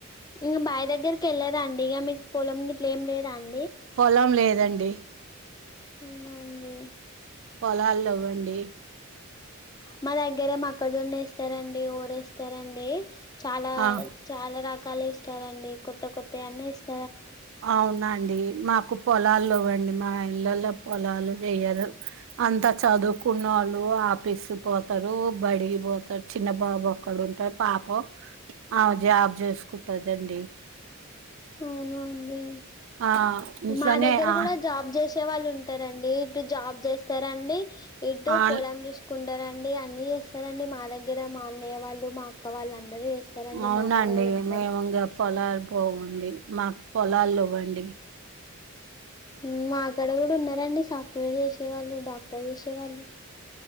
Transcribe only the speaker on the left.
ఇగ బాయ్ దగ్గరికి ఎల్లరాండి ఇక మీకు పొలం గిట్ల ఏం లేదాన్
ఓహో అండి.
మా దగ్గర మొక్కజొన్న ఏస్తారండి ఓడేస్తారండి చాలా
చాలా ర కాల్ ఏస్తారండి కొత్త కొత్త అన్ని ఏస్త
అవునా అండి
మా దగ్గర
కూడా జాబ్ జెష్ చేసే వాళ్ళు ఉంటరండి ఇటు జాబ్ చేస్తారండి ఇటు
పొలం చూస్ కుంటరండి అన్ని చేస్తారండి మా దగ్గర మా అన్నయ్య వాళ్ళు మా అక్క వాళ్ళందరూ చేస్తారండి
మా అమ్మ వాళ్ళందరూ
మ్ మాకాడ కూడా ఉన్నరండి సాఫ్ట్వేర్ చేసేవాళ్ళు డాక్టర్ చేసేవాళ్ళు.